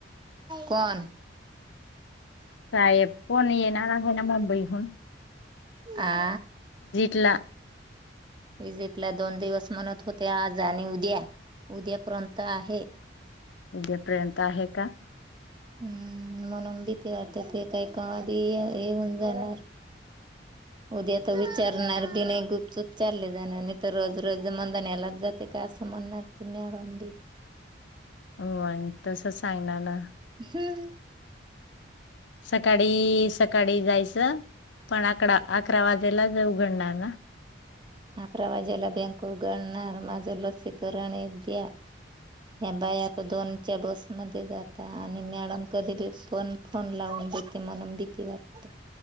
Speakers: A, on the right (about 25°); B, on the left (about 75°).
A: कोण
B: साहेब कोण येणार आहे ना मुंबईहून.
A: आ
B: ला
A: विजिट ला दोन दिवस म्हणत होते आज आणि उद्या उद्यापर्यंत आहे.
B: उद्यापर्यंत आहे का?
A: हम्म म्हणून भीती वाटते ते काय कवा बी ये येऊन जाणार. उद्या तर विचारणार बी नाही गुपचूप चालले जणानी आणि तर रोज-रोज मंदन यालाच जाते का असं म्हणणार ती मॅडम बी.
B: हो आइन तसचं सांगणार ना.
A: हम्म.
B: सकाळी सकाळी जायचं पण आकरडा आकरा वाजेलाच उघडणार ना.
A: आकरा वाजेला बँक उगडणार माझ जर लसीकरण एक द्या ह्या बाया आता दोनच्या बसमध्ये जाता आणि मॅडम कधी बी पण फोन फोन लावून देते म्हणून भीती वाटतं.